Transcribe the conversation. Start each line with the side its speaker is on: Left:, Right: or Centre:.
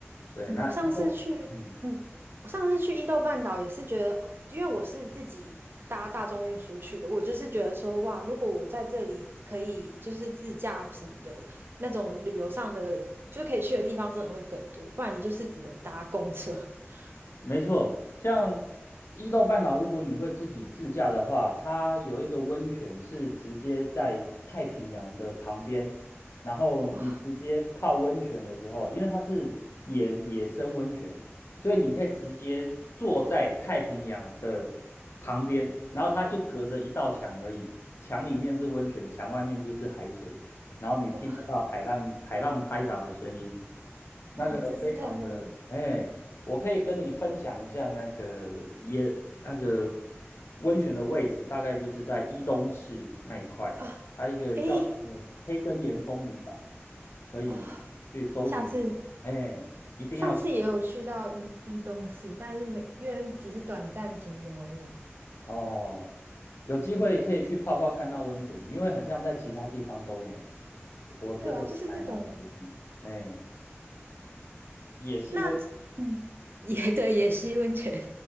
Left: 对，
Right: 嗯，
Left: 那一个嗯，
Right: 我上次去，嗯，我上次去伊豆半岛也是觉得，哦，因为我是自己搭大众运输去的，我就是觉得说，哇，如果我在这里可以就是自驾什么的，那种旅游上的，就是可以去的地方真的会更多，不然你就是只能搭公车。<laughs>
Left: 没错，像伊豆半岛，如果你会自己自驾的话，它有一个温泉是直接在太平洋的旁边，然后你直接泡温泉的时候，
Right: 哇
Left: 因为它是野野生温泉，所以你可以直接坐在太平洋的旁边，然后它就隔着一道墙而已，墙里面是温泉，墙外面就是海水，然后你听得到海浪海浪拍打的声音，
Right: 哇
Left: 那个非常的，
Right: 哇！真是太棒了
Left: 哎、我可以跟你分享一下那个也那个温泉的位置，大概就是在伊东市那一块，
Right: 啊！
Left: 还有一个叫一个黑根岩风旅吧，
Right: 诶
Left: 可以去搜寻，
Right: 啊，下次
Left: 哎，一定要去
Right: 上次也有去到伊伊东市，但是没因为只是短暂停留而已。
Left: 哦，有机会可以去泡泡看那温泉，因为很像在其他地方都没有，我这个还蛮确定，
Right: 对啊，就是这种
Left: 哎，野溪温，
Right: 那嗯，也对，也吸温泉